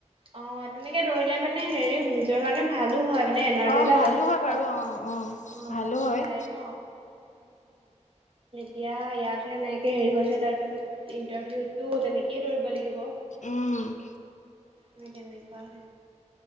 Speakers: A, on the right; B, on the left.
A: অ তেনেকে ধৰিলে মানে হেৰিও নিজৰ কাৰণে ভালো হয় মানে এনাৰ্জি
B: অ
A: এটা
B: ভালো
A: লাষ্টত
B: হয় বাৰু
A: পা
B: অ অ' অ
A: অ
B: ভালো
A: পাছত
B: হয়।
A: পায় ন এয়া ইয়াতহে নেকে হেৰি কৰিছে তাৰ পাছত ইণ্টাৰভিউতো তেনেকেই দৌৰিব লাগিব।
B: উম!
A: মট এনেক পক